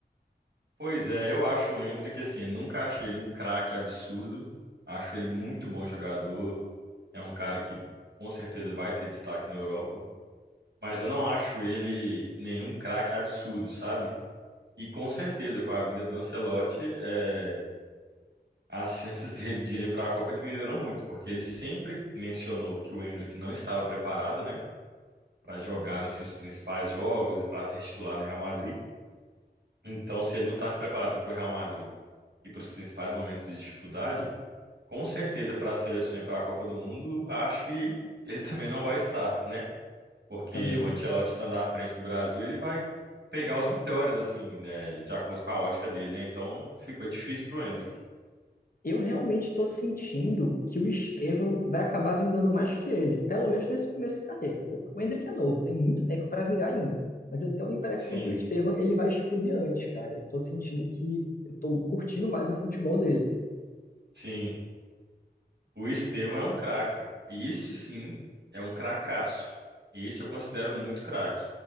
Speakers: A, on the right (about 70°); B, on the left (about 55°).
A: Pois é, eu acho o Endrick, assim, nunca achei ele um craque absurdo. Acho ele muito bom jogador. É um cara que com certeza vai ter destaque na Europa. Mas eu não acho ele nenhum craque absurdo, sabe? E com certeza, com a vinda do Ancelotti, é, as chances <laughs> dele de irem para a Copa diminuíram muito, porque ele sempre mencionou que o Endrick não estava preparado, né? para jogar assim os principais jogos e para ser titular no Real Madrid. Então, se ele não estava preparado para o Real Madrid e para os principais momentos de dificuldade, com certeza para a seleção e para a Copa do Mundo, acho que ele <laughs> também não vai estar, né? Porque
B: também.
A: o Ancelotti estando à frente do Brasil, ele vai pegar os melhores, assim, né? de acordo com a ótica dele, né? Então, ficou difícil para o Endrick.
B: Eu realmente estou sentindo que o Estevão vai acabar vingando mais que ele, pelo menos nesse começo de carreira. Pô. O Endrick é novo, tem muito tempo para vingar ainda. Mas eu tenho a impressão
A: Sim,
B: que o Estevão ele vai explodir antes, cara. Eu estou sentindo que eu estou curtindo mais o futebol dele,
A: sim. O Estevão é um craca. Isso sim é um cracaço. Isso eu considero muito craque.